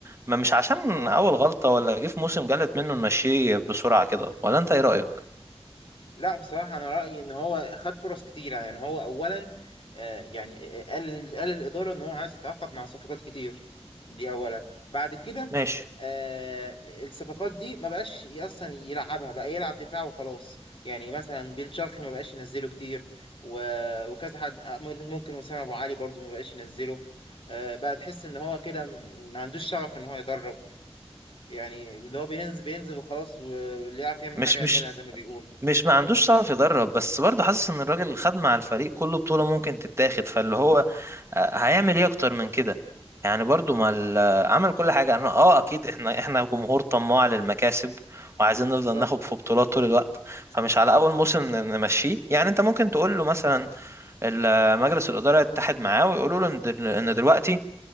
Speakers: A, on the right; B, on the left.
A: ما مش عشان
B: اه
A: اول غلطه ولا جه في موسم جلت منه نمشيه بسرعه كده ولا انت ايه رايك
B: لا بصراحة أنا رأيي إن هو خد فرص كتيرة يعني هو أولا آه، يعني آه، قال قال الإدارة إن هو عايز يتعاقد مع صفقات كتير دي أولا بعد كده
A: ماشي
B: آه، الصفقات دي ما بقاش أصلا يلعبها بقى يلعب دفاع وخلاص يعني مثلا بن شرقي ما بقاش ينزله كتير و- وكذا حد آه، ممكن وسام أبو علي برضو ما بقاش ينزله آه، بقى تحس إن هو كده م- ما عندوش شغف إن هو يدرب يعني اللي هو بينزل بينزل وخلاص واللي يعرف يعمل
A: مش
B: حاجة يعملها
A: مش
B: زي ما بيقولوا
A: مش ما عندوش شغف يدرب بس برضه حاسس ان الراجل خد مع الفريق كله بطولة ممكن تتاخد فاللي هو آه، هيعمل ايه اكتر من كده يعني برضه ما ال- آه، عمل كل حاجة انا اه اكيد احنا احنا جمهور طماع للمكاسب وعايزين نفضل
B: بالظبط
A: ناخد في بطولات طول الوقت فمش على اول موسم ن- نمشيه يعني انت ممكن تقول له مثلا ال- آه، مجلس الإدارة يتحد معاه ويقولوا له ان دل- إن دلوقتي